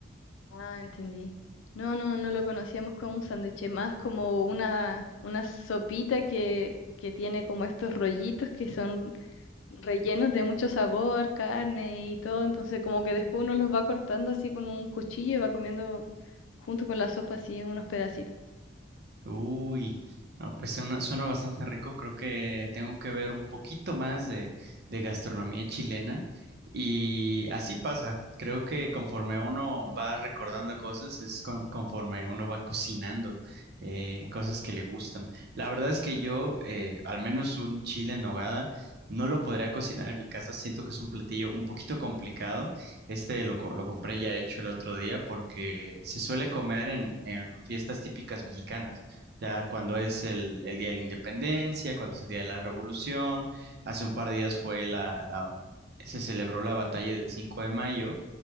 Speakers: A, on the left; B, on the right.
A: Ah, entendí. No, no, no lo conocíamos como un sándwich, es más como una, una sopita que, que tiene como estos rollitos que son rellenos de mucho sabor, carne y todo. Entonces, como que después uno los va cortando así con un cuchillo y va comiendo junto con la sopa así unos pedacitos.
B: Uy, no, pues suena, suena bastante rico. Creo que tengo que ver un poquito más de, de gastronomía chilena. Y así pasa. Creo que conforme uno va recordando cosas, es con- conforme uno va cocinando eh, cosas que le gustan. La verdad es que yo, eh, al menos un chile en nogada, no lo podría cocinar en mi casa. Siento que es un platillo un poquito complicado. Este lo, co- lo compré ya hecho el otro día porque se suele comer en en fiestas típicas mexicanas. Ya cuando es el, el Día de la Independencia, cuando es el Día de la Revolución, hace un par de días fue la, la- se celebró la batalla del cinco de mayo